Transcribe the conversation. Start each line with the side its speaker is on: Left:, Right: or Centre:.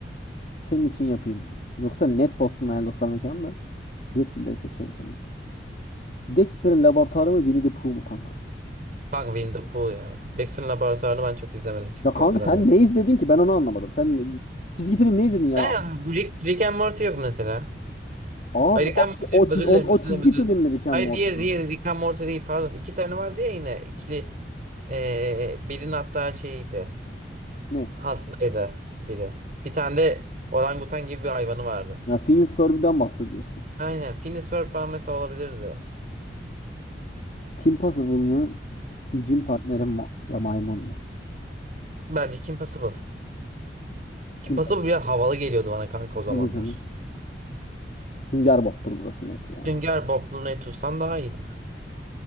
Left: Senin için yapayım. Yoksa net olsun Hayal Dostlar Mekanı da. Jetgilleri seçerim senin için. Dexter'ın laboratuvarı mı Winnie the Pooh mu kanka?
Right: Kanka Winnie the Pooh ya. Dexter'ın Laboratuvarı'nı ben çok izlemedim çünkü
Left: Ya kanka
Right: hatırlamıyorum.
Left: sen ne izledin ki? Ben onu anlamadım. Sen ne- çizgi film ne izledin ya?
Right: Ha, Rick, Rick and Morty yok mesela.
Left: Abi
Right: Ay Rick and Morty
Left: o,
Right: yok.
Left: çiz,
Right: Özür
Left: o,
Right: dilerim,
Left: o
Right: özür
Left: çizgi
Right: dilerim, özür
Left: film
Right: dilerim.
Left: mi Rick and
Right: Hayır
Left: Morty?
Right: diğer,
Left: kanka?
Right: diğer Rick and Morty değil pardon. İki tane vardı ya yine ikili. Ee, birinin hatta şeydi.
Left: Ne?
Right: Hastaydı biri. Bir tane de orangutan gibi bir hayvanı vardı.
Left: Ya Phineas Ferb'den bahsediyorsun.
Right: Aynen. Phineas Ferb falan mesela olabilirdi.
Left: Kim Possible mı? Jim Partner'in ma ya maymun mu?
Right: Bence Kim Possible. Kim
Left: Kim
Right: Possible
Left: Possible?
Right: bile havalı geliyordu bana kanka o zamanlar.
Left: Tabii canım. Sünger Bob'tur burası net ya.
Right: Sünger Bob Lunetus'tan daha iyiydi.